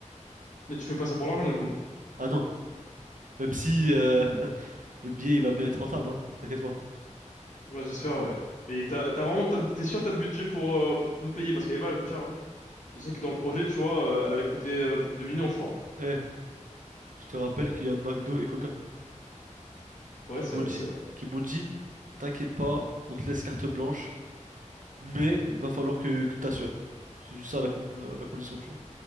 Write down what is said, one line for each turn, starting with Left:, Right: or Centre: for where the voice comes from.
Left: Mais tu fais pas ça pour l'argent du coup.
Right: Ah non, même si euh, <laughs> le billet il va bien être rentable, hein. T'inquiète pas.
Left: Bah, j'espère, ouais. Et t'as, t'as vraiment, t'as le- t'es sûr t'as le budget pour, euh, pour nous payer parce qu'Eva elle coûte cher, hein. Je sais que dans le projet, tu vois, euh, elle avait coûté euh, plus de 2 millions, je crois.
Right: Eh, je te rappelle qu'il y a McDo et Coca
Left: Ouais,
Right: qui
Left: c'est
Right: m'ont
Left: vrai,
Right: dit,
Left: c'est vrai.
Right: qui m'ont dit, t'inquiète pas, on te laisse carte blanche. mais va falloir que, que tu t'assures. C'est juste ça la, con- la, la condition, tu vois.